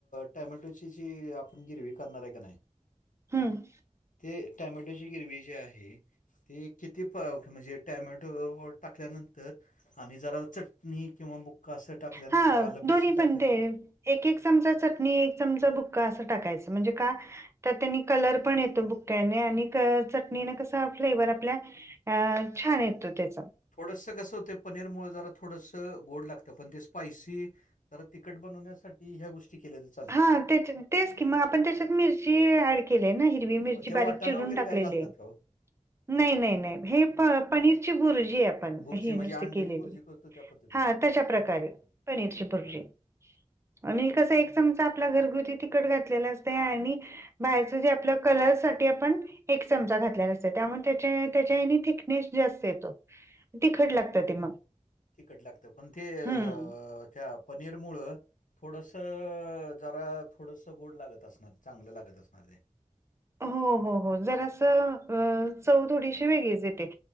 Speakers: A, on the left (about 85°); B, on the right (about 20°).
A: टमॅटोची जी आपण ग्रेव्ही करणार आहे का नाही
B: हम्म.
A: ते टॅमॅटोची ग्रेव्ही जी आहे ते किती प म्हणजे टॅमॅटो टाकल्यानंतर आणि जरा चंटणी किंवा बुक्का असं टाकल्यानंतर
B: हा दोन्ही
A: आलं पेस्ट टाकलं
B: पण ते एक-एक चमचा चटणी एक चमचा भुका असं टाकायचं म्हणजे का तर त्यांनी कलर पण येतो बुक्याने आणि चटणीने कस फ्लेवर आपल्या अ छान येतो त्याचा
A: थोडसं कसं होत पनीरमुळे जरा थोडसं गोड लागतं पण ते स्पायसी तर तिकखट बनवण्यासाठी ह्या गोष्टी केल्या जात
B: हा तेच कि मग आपण त्याच्यात मिरची ऍड केली ना ि मिरची
A: ते वाटाणा
B: बारीक चिरून
A: वगैरे
B: टाकलेली.
A: काय घालतात का हो
B: नाही नाही नाही हे प पनीरची भूरजी आहे आपण
A: बुर्जी
B: ही
A: म्हणजे
B: नुसती
A: अंड्याची
B: केलेली.
A: बुर्जी करतो त्या पद्धतीत
B: हा तशा प्रकारे पनीरची भुर्जी
A: बर
B: आणि कस एक चमचा आपल घरगुती तिकट घातलेला असत आणि बाहेरच जे आपल्या कलर साठी आपण एक चमचा घातलेला असतं त्यामुळे त्या त्याच्या हनी थिकनेस जास्त येतो तिखट लागतं ते मग
A: तिकट लागत पण ते अ
B: हं.
A: त्या पनीर मुळ थोडस जरा थोडस गोड लागत असणार चांगलं लागत असणार ते
B: हो हो हो जरा अस चव थोडीशी वेगळीच येते